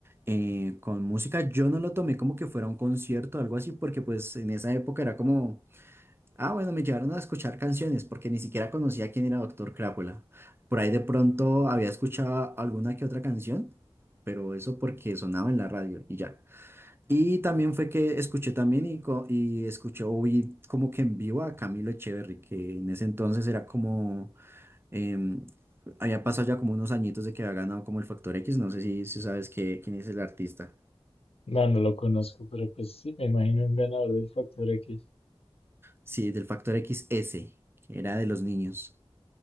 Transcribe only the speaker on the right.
eh, con música. Yo no lo tomé como que fuera un concierto o algo así porque pues en esa época era como, ah bueno, me llevaron a escuchar canciones porque ni siquiera conocía quién era Doctor Crápula. Por ahí de pronto había escuchado alguna que otra canción, pero eso porque sonaba en la radio y ya. Y también fue que escuché también y, co- y escuché o vi como que en vivo a Camilo Echeverry, que en ese entonces era como, em, había pasado ya como unos añitos de que había ganado como el Factor X, no sé si, si sabes que, quién es el artista.
Sí, del Factor X XS, que era de los niños,